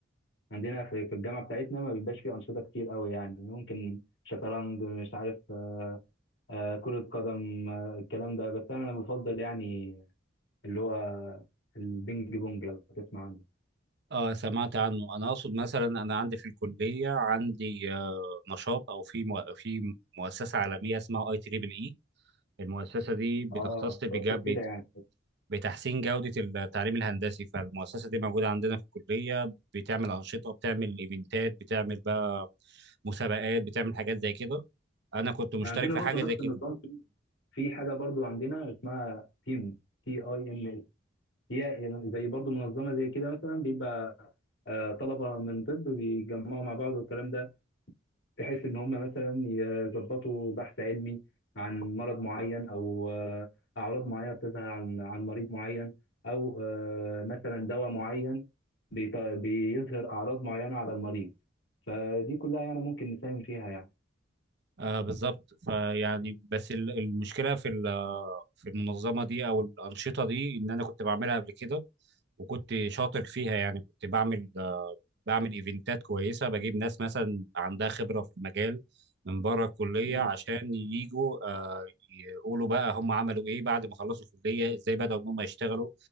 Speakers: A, on the left; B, on the right.
A: عندنا في في الجامعه بتاعتنا ما بيبقاش فيه انشطه كتير قوي يعني ممكن شطرنج مش عارف آه، آه، كرة قدم آه، الكلام ده بس انا بفضل يعني اللي هو البينج بونج لو تسمع عنه
B: اه سمعت عنه انا اقصد مثلا انا عندي في الكليه عندي آه، نشاط او في مو- في مؤسسه عالميه اسمها اي تريبل اي المؤسسه دي بتختص
A: اه
B: بجا-
A: تقصد كده يعني
B: بتحسين جودة التعليم الهندسي فالمؤسسة دي موجودة عندنا في الكلية بتعمل أنشطة بتعمل إيفنتات بتعمل بقى مسابقات بتعمل حاجات زي كده أنا كنت مشترك
A: عندنا
B: في
A: برضو
B: حاجة
A: نفس
B: زي كده
A: النظام في في حاجه برضو عندنا اسمها تيم تي اي ام هي زي برضو منظمة زي كده مثلا بيبقى آه، طلبة من طب بيتجمعوا مع بعض والكلام ده بحيث إن هم مثلا يظبطوا بحث علمي عن مرض معين أو آه، أعراض معينة بتظهر عن عن مريض معين أو آه، مثلا دواء معين بيط- بيظهر أعراض معينة على المريض فدي كلها يعني ممكن نساهم فيها
B: آه بالظبط فيعني بس ال- المشكله في ال- في المنظمه دي او الانشطه دي ان انا كنت بعملها قبل كده وكنت شاطر فيها يعني كنت بعمل آه، بعمل ايفنتات كويسه بجيب ناس مثلا عندها خبره في المجال من بره الكليه
A: يعني
B: عشان يجوا آه، يقولوا بقى هم عملوا ايه بعد ما خلصوا الكليه ازاي بداوا ان هم يشتغلوا